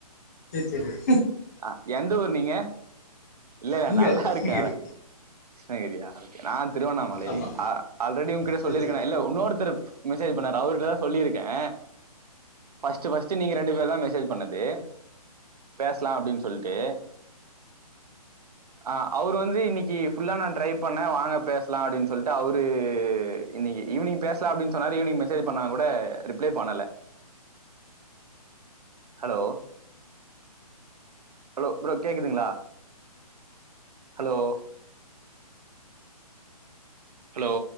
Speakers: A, on the left (about 25°); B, on the right (about 70°).
A: தெரிய
B: அஹ் எந்த ஊர் நீங்க இல்ல
A: இங்க
B: நல்லா
A: கிருஷ்ணகிரி
B: இருக்ககே அத கிருஷ்ணகிரியா ஓகே நான் திருவண்ணாமலை
A: ஆமா
B: ஆல் ஆல்ரெடி உங்கிட்ட
A: சரி
B: சொல்லியிருக்கேனா
A: சரி
B: இல்ல இன்னொருத்தரு மெசேஜ் பண்ணாரு அவரு ட தா சொல்லி இருக் கேன் பஸ்ட்டு பஸ்ட்டு நீங்க ரெண்டு பேர் தா மெசஜ் பண்ணது பேஸ் பேசலா அப்டின்னு சொல்லிட்டு ஆ அ அவர் வந்து இன்னிக்கு ஃபுல்லா நா ட்ரை பண்ணே வாங்க பேசலா அப்டினு சொல்டு அவுரு இன்னிகு ஈவினிங் பேஸ்லா அப்டினு சொன்னாரு ஈவினிங் மெசேஜ் பண்ண கூட ரிப்ளை பண்ண ஹலோ ஹலோ ப்ரோ கேக்குதுங்களா ஹலோ ஹலோ